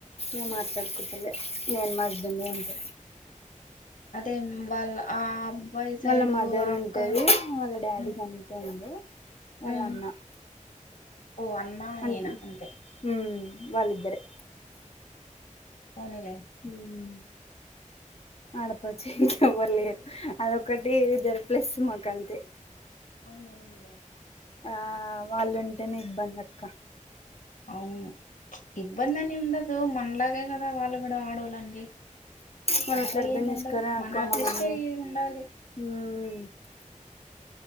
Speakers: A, on the left; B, on the left.
A: ఏం మాట్లాడుకుంటలే నేను మా హస్బెండ్ అంతే
B: అదే మ్మ్ వాళ్ళ ఆ అబ్బాయి సైడు
A: వాళ్ళ మదర్
B: ఆ అక్క
A: ఉంటది వాళ్ళ డాడీ
B: ఉమ్,
A: చనిపోయినాడు వాళ్ళ
B: ఉమ్.
A: అన్న
B: ఓ అన్నా
A: అన్
B: ఈయన అంతే
A: మ్మ్ వాళ్ళిద్దరే
B: పోనీ లేండి
A: మ్మ్ ఆడపడుచు ఇంకా ఎవ్వరు లేరు అదొక్కటి జరుపులేస్ మాకు అంతే
B: అవునవునులే
A: ఆ వాళ్ళుంటేనే ఇబ్బంది అక్క
B: అవును ఇబ్బంది అని ఉండదు మనలాగే కదా వాళ్ళు కూడా ఆడోళ్లండి
A: వాళ్ళు
B: అంతా
A: అట్లా అర్థం
B: ఏమి
A: చేసుకోరా
B: ఉండదు మన
A: అక్క
B: అడ్జస్ట్
A: మనం
B: అయి ఉండాలి
A: మ్మ్